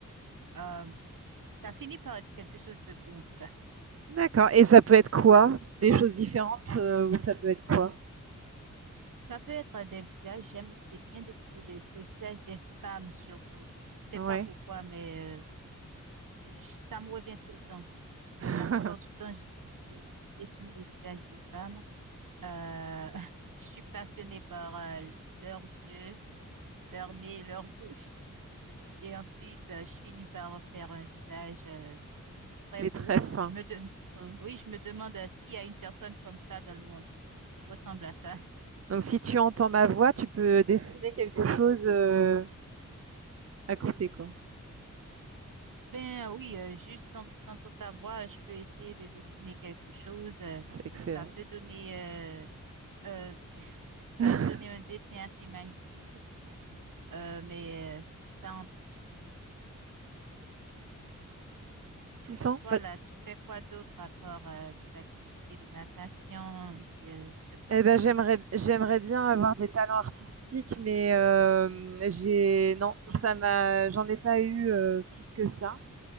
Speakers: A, on the right (about 80°); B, on the right (about 50°).
A: Euh, ça finit par être quelque chose de beau en tout cas.
B: d'accord et ça peut être quoi? Des choses différentes, heu, ou ça peut être quoi?
A: Ça peut être des visages, j'aime des- bien dessiner des, des visages des femmes surtout. Je sais
B: Ouais.
A: pas pourquoi, mais euh, je- je- ça me revient tout le temps.
B: <laughs>
A: La plupart du temps, je, je- je dessine des visages de femmes. Euh, <laughs> je suis passionnée par euh, leurs yeux, leur nez, leur bouche. Et ensuite, euh, je finis par faire un visage euh, très
B: Les
A: beau.
B: très fins.
A: Je me de-
B: Mmh.
A: Oui, je me demande euh, s'il y a une personne comme ça dans le monde qui ressemble à ça.
B: Donc si tu entends ma voix, tu peux euh, dessiner quelque chose euh, à côté, quoi.
A: Ben oui, euh, juste en entendant ta voix, je peux essayer de dessiner quelque chose. euh,
B: C'est excellent.
A: ça peut donner, euh, euh, <laughs>
B: <laughs>
A: ça peut donner un dessin assez magnifique. euh, mais euh, c'est ça. en
B: 600
A: Et toi
B: Pas-
A: là, tu fais quoi d'autre à part euh, tes activités de natation et euh, de course?
B: Eh ben j'aimerais j'aimerais bien avoir des talents artistiques, mais euh, j'ai non, ça m'a j'en ai pas eu euh, plus que ça.